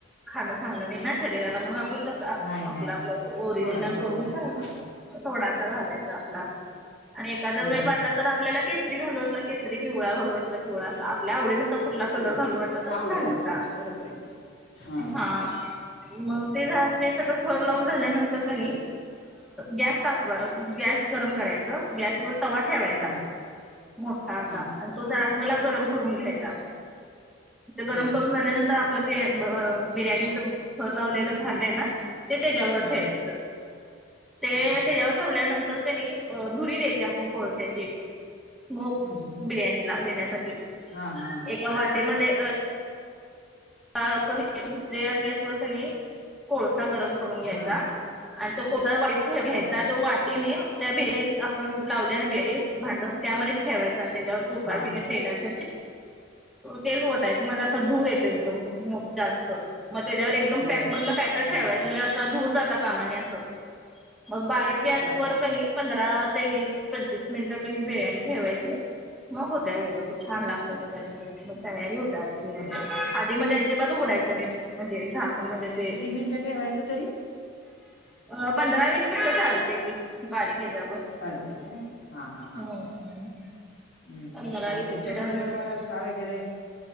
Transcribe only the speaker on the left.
नाही,
नाही,
नाही.
थोडासा
घालायचा.
हं,
हं,
हं,
हं.
पिवळा
आवडीनुसार
बरोबर आहे की. हां, हां,
हां.
हां,
हां,
हां,
हां,
हां, हां,
हां.
हं, हं.
हां, हां, हां,
हां.
हां,
हां,
हां.
होय.
हां,
जातं कामाला.
हो.
किती मिनिटं ठेवायचं तरी?
चालते का हा हा ह
ह हम्म
आणि
त्याच्याबरोबर
मार. का वगैरे.